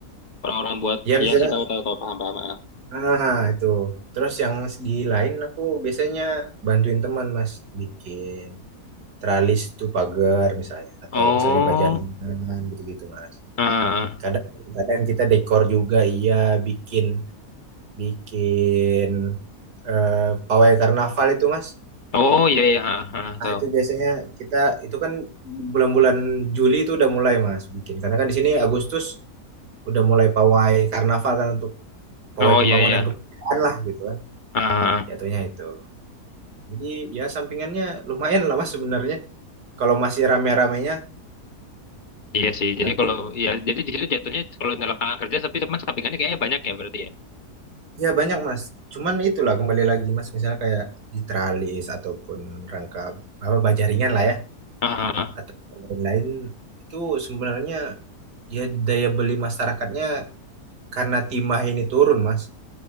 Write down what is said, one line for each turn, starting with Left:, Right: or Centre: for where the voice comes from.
Left: orang-orang buat
Right: ya misalnya
Left: ya sih tahu-tahu tahu tahu, tahu, paham paham. ah.
Right: Nah, itu. Terus yang di lain aku biasanya bantuin teman Mas bikin tralis tuh pagar misalnya atau
Left: Oh,
Right: misalnya baja ringan gitu-gitu Mas.
Left: ah, ah.
Right: Kadang kadang kita dekor juga iya bikin bikin eh, pawai karnaval itu Mas.
Left: oh iya iya, ah, ah, ah.
Right: Nah,
Left: tahu.
Right: itu biasanya kita itu kan bulan-bulan Juli itu udah mulai Mas bikin karena kan di sini Agustus udah mulai pawai karnaval kan untuk pawai
Left: Oh
Right: pembangunan
Left: iya iya,
Right: kemerdekaan lah gitu kan.
Left: ah, ah.
Right: Jatuhnya
Left: ah.
Right: itu. Jadi ya sampingannya lumayan lah mas sebenarnya. Kalau masih rame-ramenya,
Left: iya sih. Jadi
Right: tapi
Left: kalau ya, jadi di situ jatuhnya kalau di lapangan kerja, tapi teman sampingannya kayaknya banyak ya berarti ya.
Right: ya banyak mas. Cuman itulah kembali lagi mas, misalnya kayak di tralis ataupun rangka apa baja ringan lah ya
Left: Ah, ah, ah.
Right: atau lain-lain itu sebenarnya ya daya beli masyarakatnya karena timah ini turun mas,